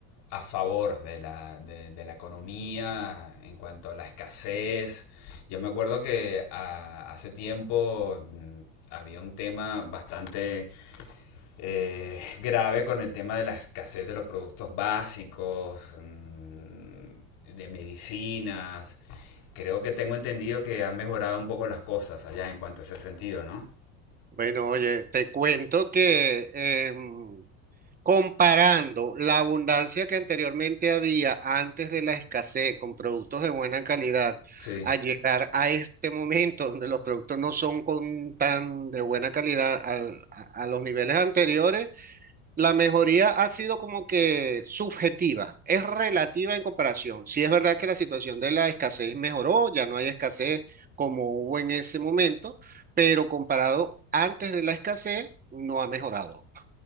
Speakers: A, on the left; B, on the right.
A: a favor de la, de, de la economía en cuanto a la escasez. Yo me acuerdo que ah, hace tiempo mm, había un tema bastante eh, grave con el tema de la escasez de los productos básicos, mm, de medicinas. Creo que tengo entendido que han mejorado un poco las cosas allá en cuanto a ese sentido, ¿no?
B: Bueno, oye, te cuento que em, comparando la abundancia que anteriormente había antes de la escasez con productos de buena calidad,
A: Sí.
B: a llegar a este momento donde los productos no son con tan de buena calidad al- a, a los niveles anteriores. La mejoría ha sido como que subjetiva, es relativa en comparación. Sí es verdad que la situación de la escasez mejoró, ya no hay escasez como hubo en ese momento, pero comparado antes de la escasez, no ha mejorado.